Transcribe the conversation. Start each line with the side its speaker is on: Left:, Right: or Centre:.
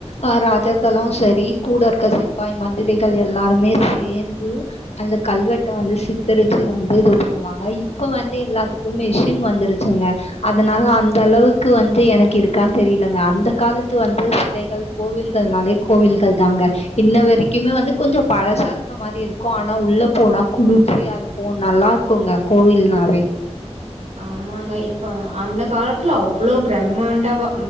Left: அ ராஜர்களு சரி கூடஇருக்க சிப்பாய் மந்திரிகள் எல்லாருமே சேந்து அந்த கல்வெட் ட வந்து சித்தரிச்சி வந்து இது ஒ பண்ணுவாங்க இப்ப வந்து எல்லாத்துக்கும் மிஷின் வந்துருச்சுங்க அதனால அந் தளவுக்கு வந்து எனக்கு இருக்கான் தெரிலங்க அந்த காலத்து வந்து சிலைகள் கோவில்கள்னாலே கோவில்கள் தாங்க இன்ன வரைக்குமே வந்து கொஞ்ச பழசா இருக்க மாரி இருக்கும் ஆனா உள்ள போனா குளிர்ச்சியா இருக்கு நல்லா இருக்குங்க கோவில்னாவே
Right: ஆமாங்க இப்ப அந்த காலத்துல அவ்ளோ பிரம்மாண்டவ